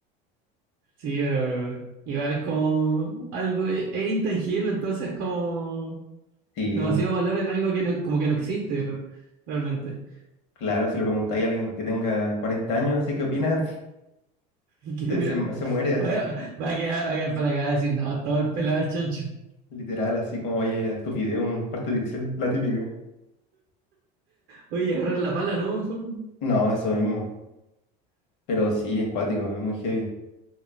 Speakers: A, on the right; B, on the left.
A: Sí, pero igual es como algo, es, es intangible, entonces como
B: Sí,
A: demasiado valor en algo que no- como que no existe re- realmente.
B: claro, si le preguntáis a alguien que tenga 40 años, así qué opina, <laughs>
A: <laughs> Qué
B: se,
A: mira,
B: se, se muere así.
A: vaya- va a quedar, va a quedar para la cagada decir, no, estaba el pelado el chancho.
B: Literal, así como, oye, estupidez, un parte de pixeles, la típica.
A: Oye, agarrar la pala, ¿no? Mejor.
B: No, eso mismo. Pero sí, es cuático, es muy heavy.